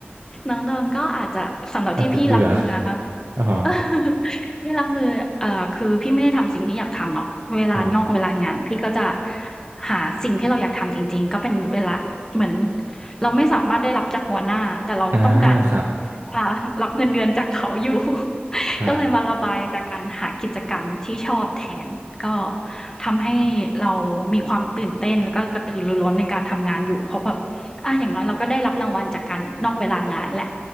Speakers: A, on the left; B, on the right.
A: น้องดอนก็อาจจะสำหรับที่พี่รับมือนะคะ
B: อาจจะเบื่ออ๋อ
A: <laughs> พี่รับมือเอ่อคือพี่ไม่ได้ทำสิ่งที่อยากทำเนาะเวลานอกเวลางานพี่ก็จะ
B: ครับ
A: หาสิ่งที่เราอยากทำจริงๆก็เป็นเวลาเหมือนเราไม่สามารถได้รับจากหัวหน้าแต่เราก็ต้องการ
B: อ่าครับ
A: อ่ารับเงินเดือนจากเขาอยู่ <laughs>
B: ครับ
A: ก็เลยมาระบายจากการหากิจกรรมที่ชอบแทนก็ทำให้เรามีความตื่นเต้นแล้วก็กระตือรือร้นในการทำงานอยู่เพราะแบบอ่ะอย่างน้อยเราก็ได้รับรางวัลจากการนอกเวลางานแหละ